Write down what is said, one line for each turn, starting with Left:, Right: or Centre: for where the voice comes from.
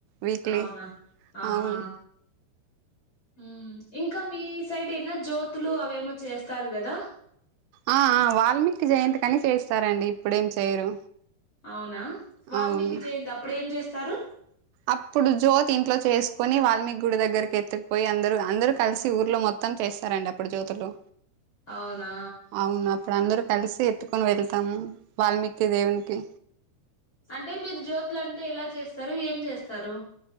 Right: వీక్లీ
Left: అవున ఆహా
Right: అవును
Left: ఉమ్ ఇంక మీ సైడ్ ఎన్నో జ్యోతులు అవేమో చేస్తారు కదా?
Right: అ ఆ వాల్మీకి జయంతి కని చేస్తారండి ఇప్పుడేం చేయరు
Left: అవునా వాల్మీకి
Right: అవును
Left: జయంతి అప్పుడు ఏం చేస్తారు
Right: అప్పుడు జ్యోత్ ఇంట్లో చేసుకొని వాల్మీకి గుడి దగ్గరకి ఎత్తుకుపోయి అందరు అందరూ కలిసి ఊర్లో మొత్ మొత్తం చేస్తారండి అప్పుడు జ్యోతులు
Left: అవునా
Right: అవును అప్పుడు అందరూ కలిసి ఎత్తుకొని వెళ్తాము వాల్మీకి దేవునికి
Left: అంటె మీరు జ్యోతులు అంటె ఎలా చేస్తరు ఏం చేస్తరు?